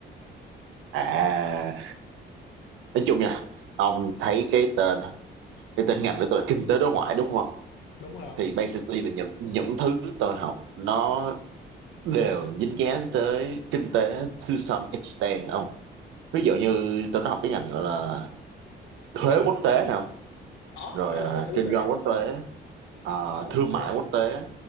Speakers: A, on the right (about 80°); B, on the left (about 80°).
A: à nói chung nha ông thấy cái tên cái tên ngành của tôi là kinh tế đối ngoại đúng không
B: đúng rồi
A: thì basically là những những thứ tôi học nó đều dính dáng tới kinh tế to some extent ông ví dụ như tôi có học cái ngành gọi là thuế quốc tế nào
B: đó
A: rồi
B: đó
A: ờ,
B: là cái thứ
A: kinh
B: tôi
A: doanh
B: đang
A: quốc
B: hỏi
A: tế
B: đó không
A: ờ,
B: đó là
A: thương
B: cái thứ
A: mại
B: đang
A: quốc
B: hỏi
A: tế